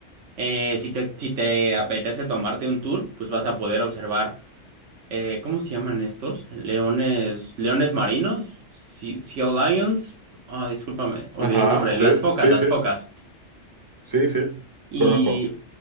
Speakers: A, on the right; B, on the right.
A: Eh, si te, si te apetece tomarte un tour, pues vas a poder observar, eh, ¿cómo se llaman estos? Leones, leones marinos, Sea sea lions. Ah, discúlpame, olvidé
B: Ajá,
A: el nombre.
B: sí,
A: Las focas,
B: sí,
A: las
B: sí,
A: focas.
B: sí, sí,
A: Y
B: conozco.